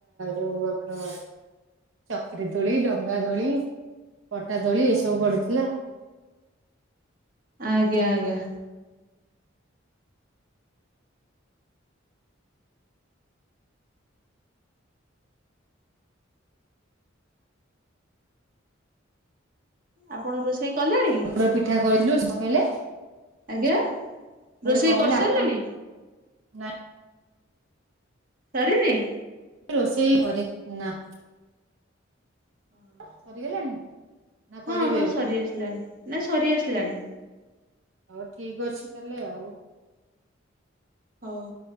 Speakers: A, on the right; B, on the right.
A: ଯୋଉ ଆମର ଚକରି ଦୋଳି ଡଙ୍ଗା ଦୋଳି ପଟା ଦୋଳି ଏସବୁ ପଡୁଥିଲା।
B: ଆଜ୍ଞା ଆଜ୍ଞା। ଆପଣ ରୋଷେଇ କଲେଣି?
A: ପତର ପିଠା କରିିଲୁ ଦିନ ବେଳେ।
B: ଆଜ୍ଞା ରୋଷେଇ
A: କଣ
B: କରିସାରିଲେଣି?
A: କହିଲେ ଆପଣ ନାଇଁ
B: ସରିନି।
A: ରୋଷେଇ ଘରେ ନା।
B: ଓଁ
A: ସରିଗଲାଣି? ନା କରିବେ
B: ହଁ ଆମର
A: ଏବେ
B: ସରି ଆସିଲାଣି ନାଇ ସରି ଆସିଲାଣି।
A: ହଉ ଠିକ ଅଛି ତାହେଲେ ଆଉ।
B: ହଉ